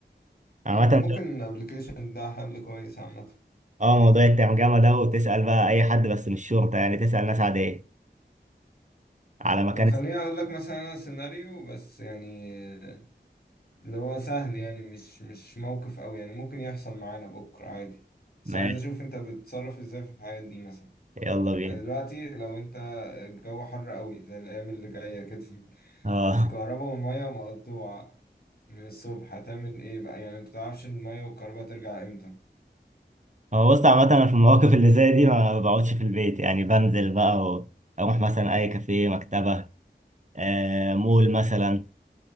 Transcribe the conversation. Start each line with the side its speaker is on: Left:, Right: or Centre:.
Right: عامة
Left: وممكن الابلكيشن ده حل كويس عامة
Right: اه موضوع الترجمة ده وتسأل بقى أي حد بس مش شرطة يعني تسأل ناس عادية على مكان
Left: طب خليني
Right: اس-
Left: اقول لك مثلا انا سيناريو بس يعني آه، اللي هو سهل يعني مش مش موقف قوي يعني ممكن يحصل معانا بكرة عادي بس
Right: ماشي
Left: عايز اشوف انت بتتصرف ازاي في الحاجات دي مثلا
Right: يلا بينا
Left: يعني دلوقتي لو انت الجو حر قوي زي الايام اللي جايه كده <laughs>
Right: اه
Left: والكهرباء والميه مقطوعه من الصبح هتعمل ايه بقى يعني انت متعرفش الميه والكهرباء ترجع امتى
Right: هو بص عامة أنا في المواقف اللي زي دي ما بقعدش في البيت يعني بنزل بقى و- أروح مثلا أي كافيه مكتبة آه مول مثلا